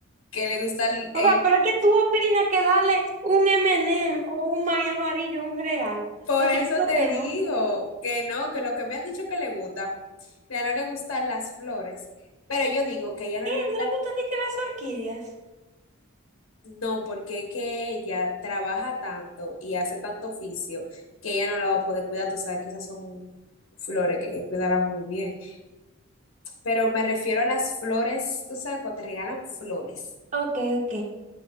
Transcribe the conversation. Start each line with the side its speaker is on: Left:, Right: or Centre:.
Left: que le gusta el,
Right: O
Left: el-
Right: sea, pero es que tú opinas que darle un M&M o un maíz amarillo es un regalo.
Left: Por
Right: Porque
Left: eso
Right: yo creo
Left: te
Right: que
Left: digo
Right: no.
Left: que no, que lo que me han dicho que le gusta, mira, no le gustan las flores, pero yo digo que a ella no
Right: ¿Qué?
Left: le gusta,
Right: ¿No le gustan ni que las orquídeas?
Left: no, porque es que ella trabaja tanto y hace tanto oficio que ella no la va a poder cuidar, tú sabes que esas son flores que hay que cuidarla muy bien. Pero me refiero a las flores, tú sabes, cuando te regalan flores.
Right: Ok, ok.